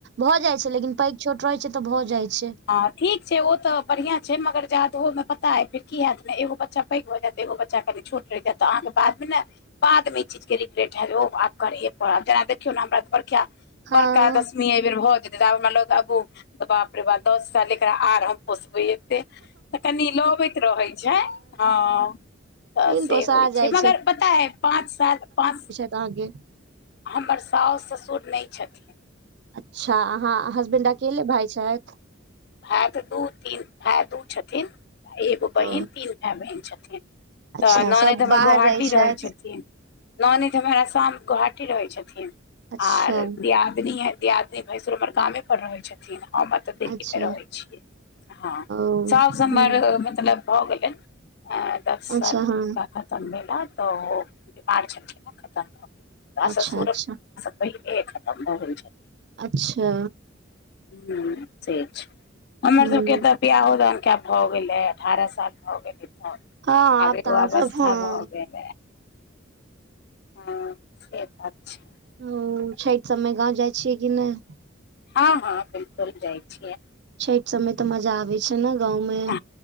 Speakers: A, on the right; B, on the left.
A: भऽ जाइ छै लेकिन पैघ छोट रहे छै तऽ भऽ जाइ छै।
B: हँ ठीक छै ओ तऽ बढ़ियां छै मगर जादहो मे पता या फेर की हेएत ने एगो बच्चा पैघ भऽ जेएत एगो बच्चा कनि छोट रैहजेत तऽ अहाँके बादमे ने बादमे ई चीज के रिग्रेट है आब जेना देखियौ ने हमरा बड़खा
A: हँ
B: बड़का दशमी एहि बेर भऽ जेतै तऽब हमरा लोग आबू तऽ बाप रे बाप दस साल एकरा आर हम पोसबेै तऽ कनि लबैत रहै छैय हँ। तऽ
A: लेकिन
B: से
A: पोसा
B: होय
A: जाइ
B: छै, मगर पता ऐ, पाँच, सात, पाँच
A: आहाँ के
B: हमर सौस ससुर नैय छथिन।
A: अच्छा! आहाँ हसबैंड अकेले भाय छैथ?
B: भाइ दू तीन भााय दू छथिन, एगो बहिन
A: ओ
B: तीन भाए बहिन छथिन।
A: अच्छा
B: तऽ ननैद
A: सब
B: हमर
A: बाहर
B: गोहाटी
A: छथि
B: रहै छथिन। ननैद हमर आशाम गोहाटी रहै छथिन,
A: अच्छा
B: और दियादिनी है दियाद भैंसुर हमर गामे पर रहै छथिन। हम एऽ दिल्ली
A: अच्छा
B: रहै छियै, हँ।
A: ओ
B: सौस हमर
A: हूँ
B: मतलब भऽ गेलै, दस साल
A: अच्छा
B: हुनका
A: हँ
B: खत्म भेला। तऽ ओ बीमार छेलखिन ने, खत्म भऽ गेलखिन। आ
A: अच्छा
B: ससुर
A: अच्छा
B: स पहिलेहे खत्म भ गेल छैत।
A: अच्छा!
B: हँ, से हमर
A: हूँ
B: सब के तऽ बियाहो दान के भऽ गेलै, अठारह साल भऽ गेलै।
A: हँ
B: आब एगो
A: तऽ अहाँ
B: अवस्था
A: सब हँ
B: भगेल। हँ, से बात छैय।
A: ओ, छैठ सब मे गाँव जाय छियै कि नैय?
B: हँ, हँ, 'बिल्कुल' जाय छियै।
A: छैठ सब मे तऽ मजा आबै छैय। छैन, गाँव मे।
B: ह,